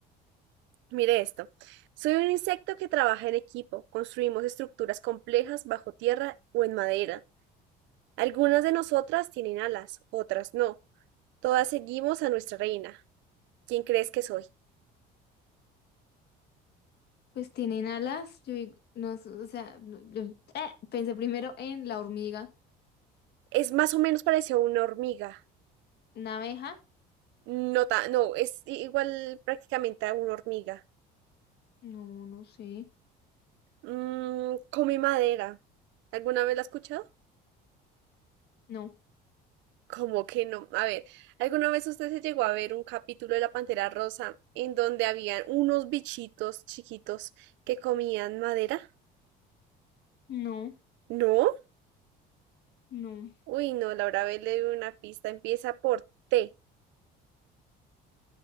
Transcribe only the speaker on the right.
Mire esto. Soy un insecto que trabaja en equipo. Construimos estructuras complejas bajo tierra o en madera. Algunas de nosotras tienen alas, otras no. Todas seguimos a nuestra reina. ¿Quién crees que soy?
Es más o menos parecido a una hormiga.
No, ta- no, es igual prácticamente a una hormiga.
Mm, come madera. ¿Alguna vez la has escuchado?
Como que no. A ver, ¿alguna vez usted se llegó a ver un capítulo de La Pantera Rosa en donde habían unos bichitos chiquitos que comían madera?
¿No?
Uy, no, Laura B le dio una pista. Empieza por T.